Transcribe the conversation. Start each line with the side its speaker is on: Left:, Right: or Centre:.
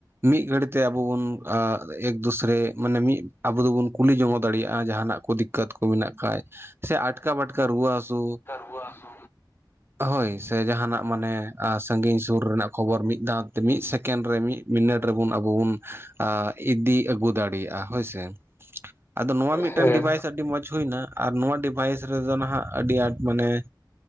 Right: ᱢᱤᱫ ᱜᱷᱟᱹᱲᱤᱡ ᱛᱮ ᱟᱵᱚ ᱵᱩᱱ ᱮᱠᱫᱩᱥ ᱨᱮ ᱢᱟᱱᱮ ᱢᱤᱫ ᱟᱵᱩ ᱫᱚ ᱵᱩᱱ ᱠᱩᱞᱤ ᱡᱚᱝ-ᱚ ᱫᱟᱲᱮᱭᱟᱜ-ᱟ ᱡᱟᱦᱟ ᱱᱟᱜ᱾ ᱫᱤᱠᱠᱟᱹᱛ ᱠᱚ ᱢᱮᱱᱟᱜ ᱠᱷᱟᱡ ᱥᱮ ᱟᱴᱠᱟ ᱵᱟᱴᱠᱟ ᱨᱩᱣᱟᱹ ᱦᱟᱹᱥᱩ
Left: ᱨᱩᱣᱟᱹ ᱦᱟᱹᱥᱩ
Right: ᱦᱳᱭ ᱥᱮ ᱡᱟᱦᱟ ᱱᱟᱜ ᱢᱟᱱᱮ ᱥᱟᱺᱜᱤᱧ ᱥᱩᱨ ᱨᱮᱱᱟᱜ ᱠᱷᱚᱵᱚᱨ ᱢᱤᱫ ᱫᱷᱟᱣ ᱛᱮ ᱢᱤᱫ ᱥᱮᱠᱮᱱᱰ ᱨᱮ ᱢᱤᱫ ᱢᱤᱱᱤᱴ ᱨᱮᱵᱩᱱ ᱟᱵᱩ ᱵᱩᱱ ᱟᱸ ᱤᱫᱤ ᱟᱹᱜᱩ ᱫᱟᱲᱮᱭᱟᱜ-ᱟ ᱦᱳᱭᱥᱮ᱾ ᱟᱫᱚ ᱱᱚᱣᱟ ᱢᱤᱫᱴᱮᱱ
Left: ᱦᱮᱸ
Right: ᱰᱤᱵᱷᱟᱭᱤᱥ ᱟᱹᱰᱤ ᱢᱚᱸᱡᱽ ᱦᱩᱭᱱᱟ ᱟᱨ ᱱᱚᱣᱟ ᱰᱤᱵᱷᱟᱭᱤᱥ ᱨᱮᱫᱚ ᱱᱟᱦᱟᱜ ᱟᱹᱰᱤ ᱟᱸᱴ ᱢᱟᱱᱮ